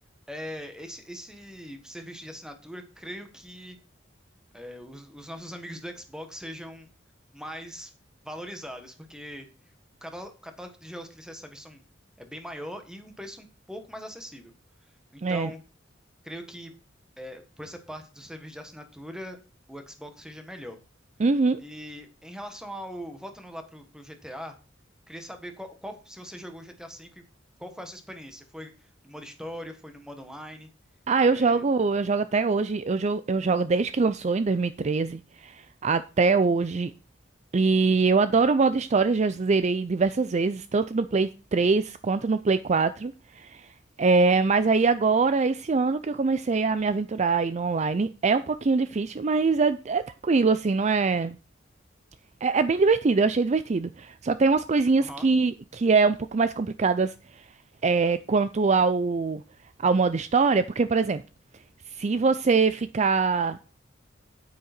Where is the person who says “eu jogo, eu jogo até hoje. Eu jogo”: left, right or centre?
Right